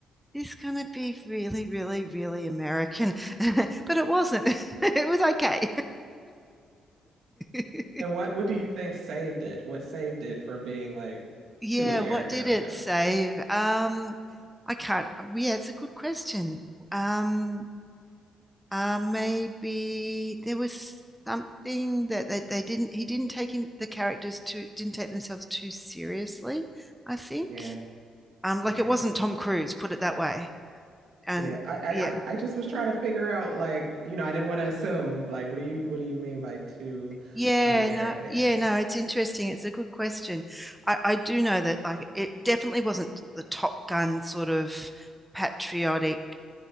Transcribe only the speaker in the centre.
this gonna be really really really American <laughs> but it wasn't <laughs> it was okay <laughs>
Yeah,
what did
it
save? Um, I can't. Yeah, it's a good question. Um, uh, maybe there was something that they, they didn't. He didn't take him the characters to didn't take themselves too seriously. I think.
Um,
like it wasn't Tom Cruise. Put it that way. And
yeah,
yeah,
no, yeah, no. It's interesting. It's a good question. I I do know that like it definitely wasn't the Top Gun sort of patriotic